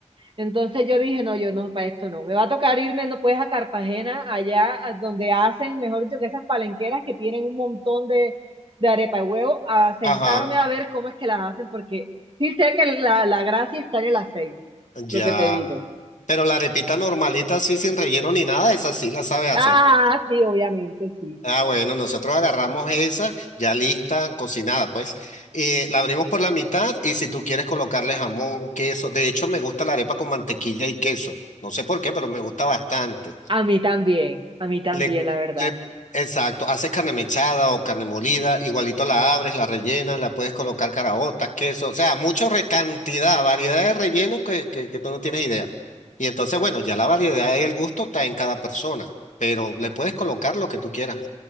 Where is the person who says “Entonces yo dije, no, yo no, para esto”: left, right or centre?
Right